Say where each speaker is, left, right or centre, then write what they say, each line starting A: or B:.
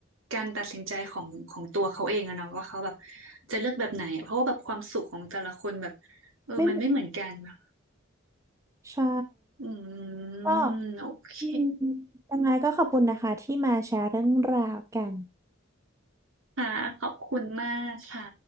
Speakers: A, on the right; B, on the right.
A: การตัดสินใจของของตัวเขาเองอะเนาะว่าเขาแบบจะเลือกแบบไหนอะเพราะว่าแบบความสุขของแต่ละคนแบบเออมันไม่เหมือนกันอะ
B: ไม่เหมอนใช่
A: อื
B: ก็
A: มโอเค
B: อืมยังไงก็ขอบคุณนะคะที่มาแชร์เรื่องราวกัน
A: ค่ะขอบคุณมากค่ะ